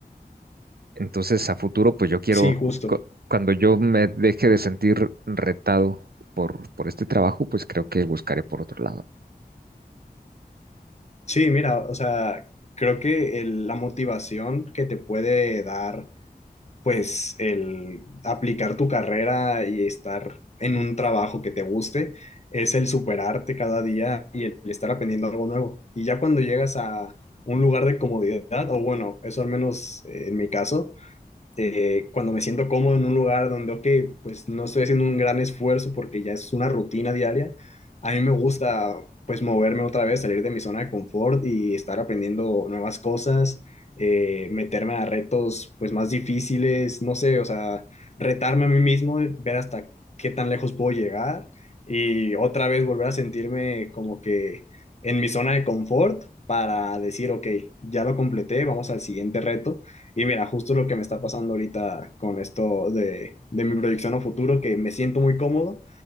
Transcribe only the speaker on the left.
Sí, justo.
Sí, mira, o sea, creo que el- la motivación que te puede dar, pues, el aplicar tu carrera y estar en un trabajo que te guste, es el superarte cada día y el estar aprendiendo algo nuevo. Y ya cuando llegas a un lugar de comodidad, o bueno, eso al menos eh, en mi caso, eh, cuando me siento cómodo en un lugar donde, ok, pues no estoy haciendo un gran esfuerzo porque ya es una rutina diaria, a mí me gusta pues moverme otra vez, salir de mi zona de confort y estar aprendiendo nuevas cosas, eh, meterme a retos pues más difíciles, no sé, o sea, retarme a mí mismo, ver hasta qué tan lejos puedo llegar y otra vez volver a sentirme como que en mi zona de confort para decir, ok, ya lo completé, vamos al siguiente reto y mira, justo lo que me está pasando ahorita con esto de, de mi proyección a futuro, que me siento muy cómodo,